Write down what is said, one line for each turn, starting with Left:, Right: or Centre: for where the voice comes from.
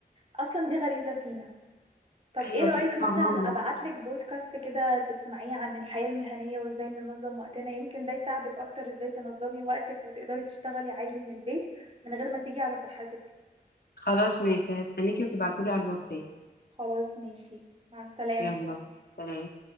Right: أصلا دي غريزة فينا طب ايه
Left: ايوه
Right: رأيك
Left: سبحان
Right: مثلا ابعتلك
Left: الله
Right: بودكاست كده تسمعيه عن الحياة المهنية وازاي ننظم وقتنا يمكن ده يساعدك اكتر ازاي تنظمي وقتك وتقدري تشتغلي عادي من البيت من غير ما تيجي على صحتك
Left: خلاص ماشي هستنيكي وتبعتولي على الواتساب
Right: خلاص ماشي مع السلامة
Left: يلا سلام